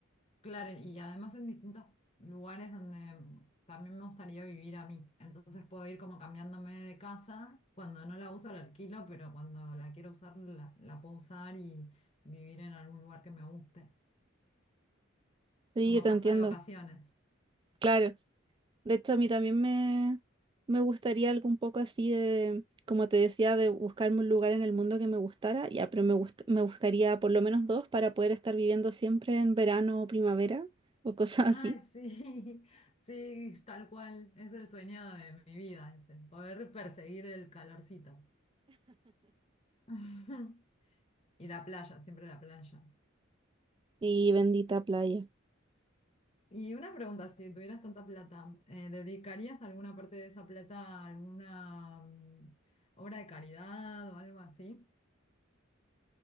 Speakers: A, on the left (about 30°); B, on the right (about 25°).
A: Claro, y además en distintos lugares donde también me gustaría vivir a mí. Entonces puedo ir como cambiándome de casa. Cuando no la uso la alquilo, pero cuando la quiero usar la, la puedo usar y vivir en algún lugar que me guste.
B: Sí,
A: Como
B: te
A: casa
B: entiendo.
A: de vacaciones.
B: Claro. De hecho, a mí también me, me gustaría algo un poco así de, como te decía, de buscarme un lugar en el mundo que me gustara. Ya, pero me gust- me buscaría por lo menos dos para poder estar viviendo siempre en verano o primavera o <laughs> cosas
A: Ay,
B: así.
A: sí, <laughs> sí, tal cual. Es el sueño de mi vida ese, poder perseguir el calorcito. <laughs> Y la playa, siempre la playa.
B: Y bendita playa.
A: Y una pregunta, si tuvieras tanta plata, eh, ¿dedicarías alguna parte de esa plata a alguna mm, obra de caridad o algo así?